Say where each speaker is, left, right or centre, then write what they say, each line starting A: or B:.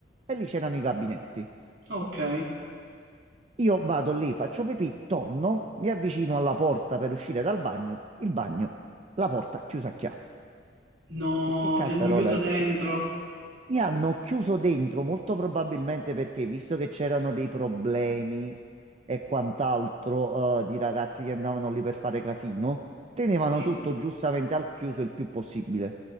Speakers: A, on the right; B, on the right.
A: e lì c'erano i gabinetti.
B: okay.
A: Io vado lì, faccio pipì, torno, mi avvicino alla porta per uscire dal bagno, il bagno, la porta chiusa a chiave.
B: No,
A: E che cazzarola
B: ti hanno chiuso
A: è
B: dentro.
A: successo? Mi hanno chiuso dentro, molto probabilmente perché, visto che c'erano dei problemi e quant'altro, eh, di ragazzi che andavano lì per fare casino, tenevano
B: Sì?
A: tutto giustamente al chiuso il più possibile.